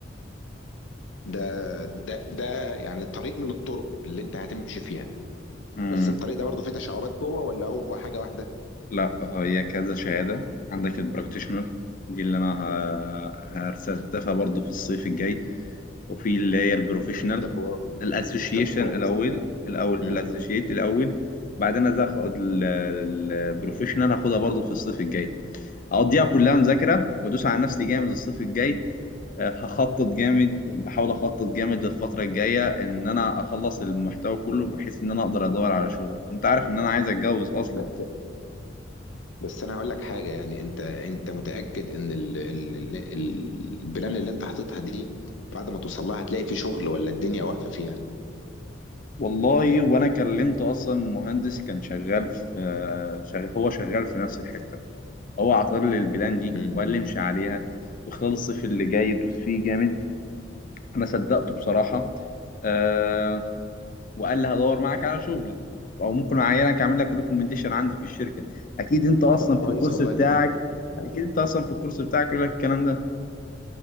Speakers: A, on the left; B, on the left.
A: ده ده ده يعني طريق من الطرق اللي انت هتمشي فيها
B: امم
A: بس الطريق ده برضه فيه تشعبات جوه ولا هو حاجة واحدة
B: لا هي كذا شهاده عندك البراكتيشنر دي اللي انا ه- هرسلتها
A: مم.
B: برضه في الصيف الجاي وفي اللي هي البروفيشنال
A: طب و...
B: الاسوشيشن
A: طب كويس
B: الاول الاول الاسوشيت
A: مم.
B: الاول بعدين أنا هاخد ال- ال- البروفيشنال هاخدها برضو في الصيف الجاي هقضيها كلها مذاكره وادوس على نفسي جامد الصيف الجاي آه، هخطط جامد بحاول اخطط جامد للفتره الجايه ان انا اخلص المحتوى كله بحيث ان انا اقدر ادور على شغل انت عارف ان انا عايز اتجوز اصلا
A: بس بس انا هقول لك حاجة يعني انت انت متأكد ان ال... ال... ال- البلان اللي انت حاططها دي بعد ما توصل لها هتلاقي فيه شغل ولا الدنيا واقفة فيها
B: والله وانا كلمت اصلا مهندس كان شغال في آه، شغ- هو شغال في نفس الحته هو عطار لي البلان دي
A: مم.
B: وقال لي امشي عليها وخلال الصيف اللي جاي يدوس فيه جامد انا صدقته بصراحه أه وقال لي هدور معاك على شغل او ممكن اعينك اعمل لك ريكومنديشن عندي في الشركه اكيد انت اصلا
A: طب كويس
B: في الكورس
A: والله
B: بتاعك
A: جميل حلو.
B: اكيد انت اصلا في الكورس بتاعك يقول لك الكلام ده